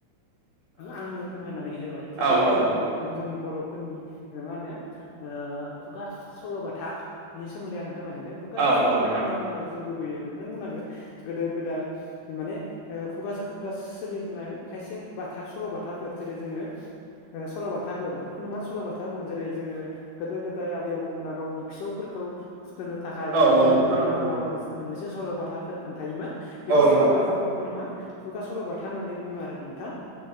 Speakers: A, on the left (about 75°); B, on the right (about 70°).
A: आंनो फोरमायनानै होबाय
B: औ
A: थिग बेबायदिनो
B: औ
A: आंबो नोंथांनो जोंनि बर'फोरनि मा होनो ओ खुगा सल'बाथाानि सोमोन्दै आं फोरमाय सानदों खुगा
B: औ
A: सल'बाथा
B: औ नोंथां
A: होनना बुंङोबा जों लुबैयो बेखौनो बुंनांगोन गोदो गोदाय माने खुगासो खुगासो सोलिबोनाय खायसे बाथा सल'बाथाफोर जेरै जोङो सल'बाथाफोर बेफोरखौनो मा सल'बाथा बुङो जेरै जोङो गोदो गोदाय आबै आबौमोना गावनि फिसौफोरखौ फुथुनो थाखाय
B: औ औ
A: माने
B: नोंथां
A: बिलिफां
B: नंगौ
A: हहरा मोन मोनसे सल' बाथाफोर खोन्थायायोमोन बेफोर
B: औ नोंथां
A: सल' बाथाफोरखौनो मा खुगा सल'बााथा होननानै बुङो आरो नोंथां